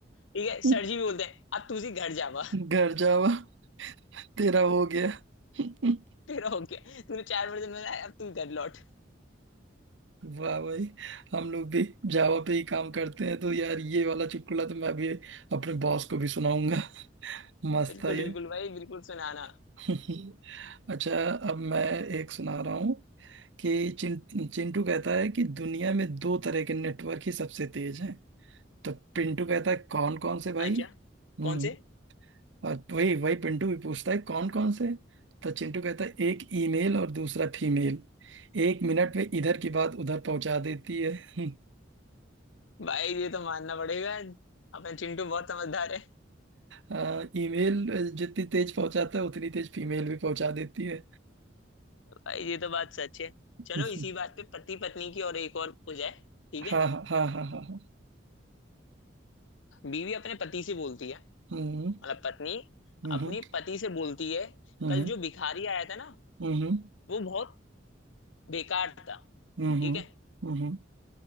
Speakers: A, on the left; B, on the right.
A: ठीक है सर
B: <laughs>
A: जी भी बोलते हैं अब तू सी घर जावा
B: घर जावा तेरा हो गया <laughs>
A: <laughs> तेरा हो गया तूने चार वर्जन बताया अब तू घर लौट
B: वाह भाई हम लोग भी जावा पे ही काम करते हैं तो यार ये वाला चुटकुला तो मैं भी अपने बॉस को भी सुनाऊंगा मस्त
A: बिल्कुल
B: था ये
A: बिल्कुल भाई बिल्कुल सुनाना
B: <laughs> अच्छा अब मैं एक सुना रहा हूँ कि चिं, चिंटू कहता है कि दुनिया में दो तरह के नेटवर्क ही सबसे तेज हैं तो पिंटू कहता है कौन कौन से भाई
A: अच्छा
B: हम्म।
A: कौन से
B: और वही वही पिंटू भी पूछता है कौन कौन से तो चिंटू कहता है एक ईमेल और दूसरा फीमेल एक मिनट में इधर की बात उधर पहुंचा देती है <laughs>
A: भाई ये तो मानना पड़ेगा अपना चिंटू बहुत समझदार है
B: आ, ईमेल जितनी तेज पहुंचाता है उतनी तेज फीमेल भी पहुंचा देती है
A: भाई ये तो बात सच है
B: <laughs>
A: चलो इसी बात पे पति पत्नी की और एक और हो जाए ठीक है
B: हाँ हाँ हाँ हाँ हाँ हाँ।
A: बीवी अपने पति से बोलती है
B: हम्म
A: मतलब पत्नी
B: हम्म
A: अपनी पति से बोलती है
B: हम्म
A: कल जो भिखारी आया था ना
B: हम्म हम्म
A: वो बहुत बेकार था
B: हम्म
A: ठीक है
B: हम्म